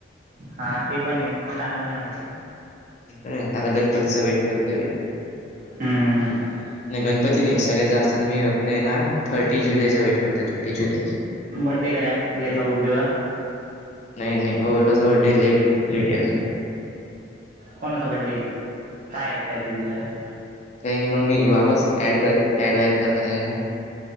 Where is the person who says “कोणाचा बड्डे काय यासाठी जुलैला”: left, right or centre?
Right